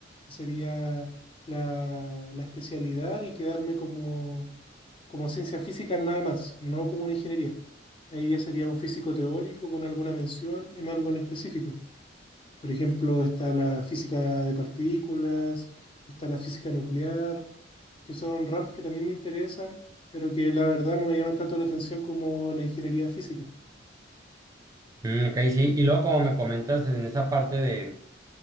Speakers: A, on the left; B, on the right.
A: que sería la, la especialidad y quedarme como, como ciencia física nada más, no como una ingeniería. Ahí ya sería un físico teórico con alguna mención en algo en específico. Por ejemplo, está la física de partículas, está la física nuclear, que son ramas que también me interesan, pero que la verdad no me llaman tanto la atención como la ingeniería física.
B: Mm, ok, sí. Y luego, como me comentas en esa parte de,